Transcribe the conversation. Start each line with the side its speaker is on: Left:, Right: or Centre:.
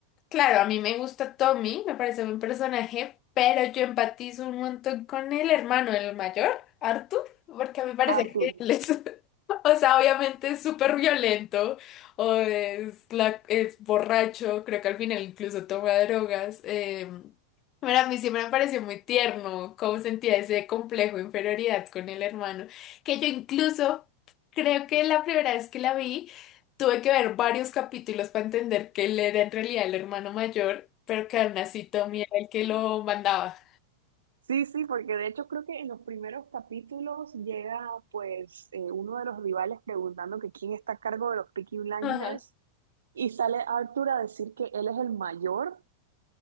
Left: claro, a mí me gusta Tommy, me parece un personaje, pero yo empatizo un montón con el hermano, el mayor, Arthur, porque me parece
Right: <laughs> Arthur?
Left: que él es, <laughs> o sea, obviamente es súper violento, o es, la, es borracho, creo que al final incluso toma drogas. Eh, pero a mí siempre me pareció muy tierno cómo sentía ese complejo de inferioridad con el hermano, que yo incluso creo que la primera vez que la vi, Tuve que ver varios capítulos para entender que él era en realidad el hermano mayor, pero que aún así Tommy era el que lo mandaba.
Right: Sí, sí, porque de hecho creo que en los primeros capítulos llega pues eh, uno de los rivales preguntando que quién está a cargo de los Peaky Blinders
Left: Ajá. <laughs>
Right: y sale Arthur a decir que él es el mayor